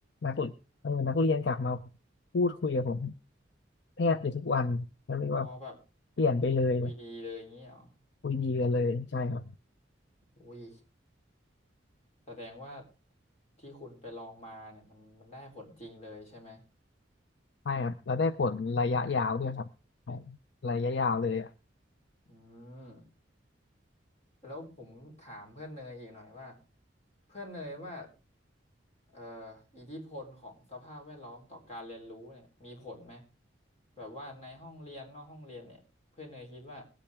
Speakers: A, on the left; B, on the left.
A: นักเรียนเออนักเรียนกลับมาพูดคุยกับผมแทบจะทุกวันแล้วเรียกว่า
B: อ๋อแบบ
A: เปลี่ยนไปเลย
B: คุยดีเลยอย่างงี้เหรอ
A: คุยดีกันเลยใช่ครับ
B: อุ้ยแสดงว่าที่คุณไปลองมาเนี่ยมันมันได้ผลจริงเลยใช่ไหม
A: ใช่ครับแล้วได้ผลระยะยาวด้วยครับใช่ระยะยาวเลยอ่ะ
B: อืม แล้วผมถามเพื่อนเนยอีกหน่อยว่าเพื่อนเนยว่าเอ่ออิทธิพลของสภาพแวดล้อมต่อการเรียนรู้เนี่ยมีผลไหมแบบว่าในห้องเรียนนอกห้องเรียนเนี่ยเพื่อนเนยคิดว่า